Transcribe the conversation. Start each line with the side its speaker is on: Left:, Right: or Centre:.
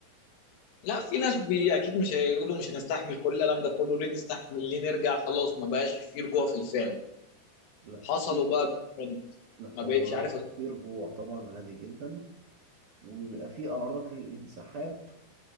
Left: لا في ناس بي... اكيد مش هيقولوا مش هنستحمل كل الالم ده كله ليه نستحمل ليه نرجع خلاص ما بقاش في رجوع في الفعل
Right: لا
Left: حصلوا
Right: في-
Left: بقى بجد.
Right: لا
Left: ما
Right: هو
Left: بقتش عارف أت-
Right: في رجوع طبعا عادي جدا وبيبقى
Left: مم.
Right: في اعراض للانسحاب